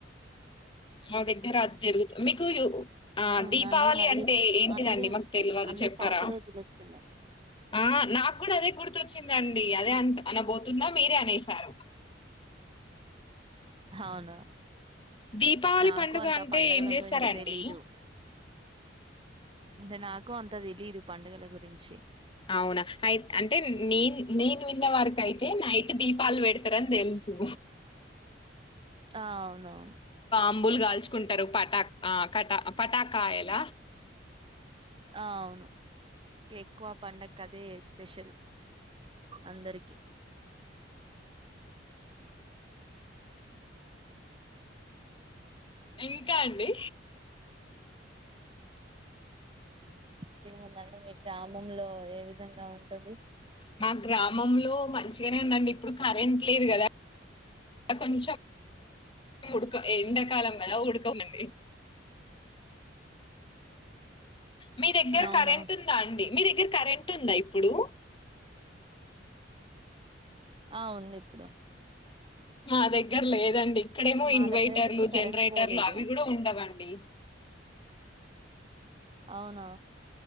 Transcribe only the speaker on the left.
మా దగ్గర అది జరుగుతుంది మీకుయు ఆ
దీపావళి
అంటే ఏంటిదండి
మాకు తెల్వదు
చెప్పారా
ఆ నాకు కూడా అదే గుర్తొచ్చిందండి అదే అ అనబోతున్నా మీరే అనేసారు
దీపావళి
పండుగ
అంటే
ఏం చేస్తారంండి
అవునా అయి అంటే నేన్ నేను విన్న వారికి అయితే నైట్ దీపాలు పెడతారని తెలుసు
అంబులు కాల్చుకుంటారు కటా పటాకాయల
ఇంకా అండి
మా గ్రామంలో మంచిగానే ఉందండి ఇప్పుడు కరెంట్ లేదు కదా కొంచెం ఉడుక ఎండకాలం కదా ఉడుక గా ఉందండి మీ దగ్గర
కరెంట్ ఉందా అండి మీ దగ్గర కరెంట్ ఉందా ఇప్పుడు
మా దగ్గర లేదు దండి ఇక్కడేమో
ఇన్వైటర్లు
జనరేటర్లు
అవి కూడా ఉండవండి